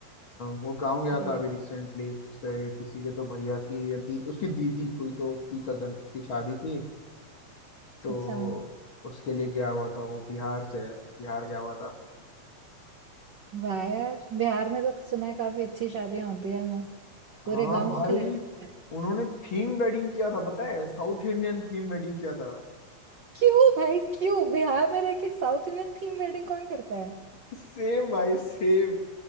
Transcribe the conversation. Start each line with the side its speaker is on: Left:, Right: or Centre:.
Left: वो गांव गया
Right: Yeah.
Left: था अभी रिसेंटली उसके किसी के तो भैया की दी, उसकी दीदी कोई तो थी कजन उसकी शादी थी तो
Right: अच्छा
Left: उसके लिए गया हुआ था वो बिहार से है बिहार गया हुआ था
Right: वाह यार बिहार में तो सुना है काफी अच्छी शादियां होती है मस्त
Left: हाँ
Right: पूरे गांव
Left: भाई
Right: को खिलाया जाता है
Left: उन्होंने थीम वेडिंग किया था पता है साउथ इंडियन थीम वेडिंग किया था
Right: क्यों भाई क्यों बिहार में रह के साउथ इंडियन थीम वेडिंग कौन करता है
Left: सेम भाई सेम